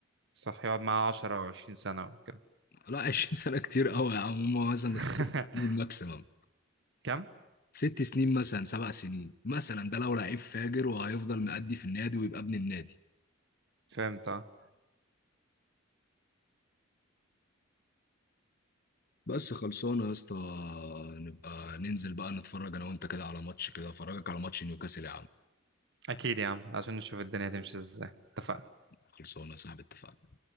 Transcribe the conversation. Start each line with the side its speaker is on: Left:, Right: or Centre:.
Right: صح يقعد معاه 10 او 20 سنه وكده
Left: لا 20 سنة كتير قوي يا عم هما مثلا
Right: <laughs>
Left: خسروا الماكسيمم
Right: كم
Left: ست سنين مثلا سبع سنين مثلا ده لو لعيب فاجر وهيفضل مأدي في النادي ويبقى ابن النادي
Right: فهمت اه
Left: بس خلصانه يا اسطى نبقى ننزل بقى نتفرج انا وانت كده على ماتش كده افرجك على ماتش نيوكاسل يا عم
Right: اكيد يا عم عشان نشوف الدنيا تمشي ازاي اتفقنا
Left: خلصانه يا صاحبي اتفقنا